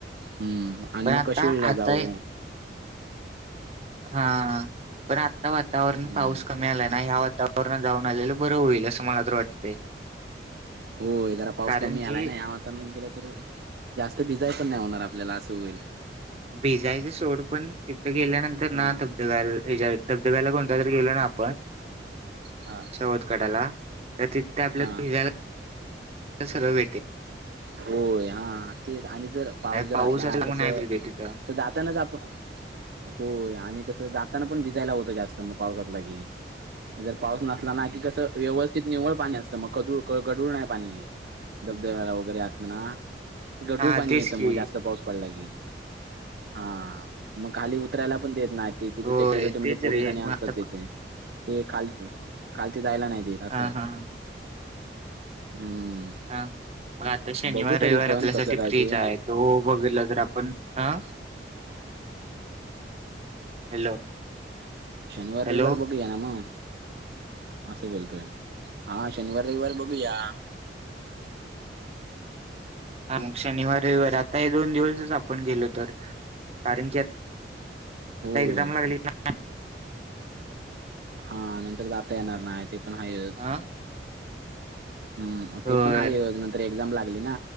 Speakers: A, on the right; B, on the right.
A: हम्म. आणि
B: पण आता
A: मग कशीळा
B: आता
A: जाऊ.
B: हा पण आता वातावरण
A: हम्म
B: पाऊस कमी आलाय ना ह्या वातावर पूर्ण जाऊन आलेलं बरं होईल, असं मला तर वाटतंय.
A: होय, जरा पाऊस
B: कारण
A: कमी
B: की
A: आलाय ना यात. त्या नदीला तर जास्तं, भिजाय पण नाय होणार आपल्याला असं होईल.
B: भिजायचं सोड. पण तिथं गेल्यानंतर ना
A: हा
B: धबधब्याला भिजाय धबधब्याला कोणता तरी गेलो ना आप पण
A: हा
B: सवतकड्याला. तर तिथे आपल्याला
A: हा
B: भिजायला सगळं वेटिंग
A: होय हा तेच आणि जर पाऊस
B: नाही
A: जर असला ना कसं,
B: मग नाही भेटे तिथं
A: तर जातानाच आप होय आणि कसं जाताना. पण भिजायला होतं, जास्त मग पावसात लगेच. जर पाऊस नसला ना की कसं व्यवस्थित निव्वळ पाणी असतं, मग खडूळ गडूळ नाही पाणी येत. धबधब्याला वगैरे असलं ना, गडूळ
B: हा
A: पाणी
B: तेच
A: येतं
B: की
A: मग जास्त पाऊस पडला की. हां.. मग खाली उतरायला पण देत नायत. ते तिथे
B: होय
A: सेक्युरिटी म्हणजे
B: तेच
A: पोलिस
B: रे
A: आणि असतात
B: मग आता
A: तिथे. ते खाल खालती जायला नाही देत असय.
B: हा हा
A: हम्म.
B: हा मग आता शनिवार
A: बघू तरी
B: रविवार
A: पण
B: आपल्यासाठी
A: कसं काय
B: फ्रीच
A: ते
B: आहे, तो बघितला जर आपण हं हॅलो,
A: शनिवार, रविवार
B: हॅलो
A: बघुया ना मग. असं बोलतोय, हा शनिवार रविवार बघूया.
B: हा मग शनिवार, रविवार आता हे दोन दिवसच आपण गेलो तर. कारण की आता
A: होय.
B: एक्झामला गेली ना
A: हा नंतर जाता येणार नाही ते पण हायच.
B: ह
A: हम्म
B: होय
A: ते पण हायच, नंतर एक्झाम लागली ना.